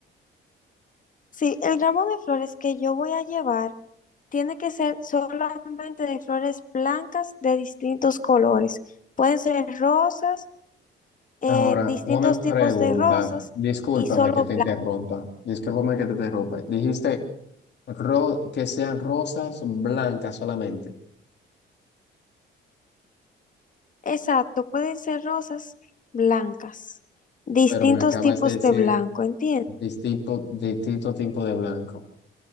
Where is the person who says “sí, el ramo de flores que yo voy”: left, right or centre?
Left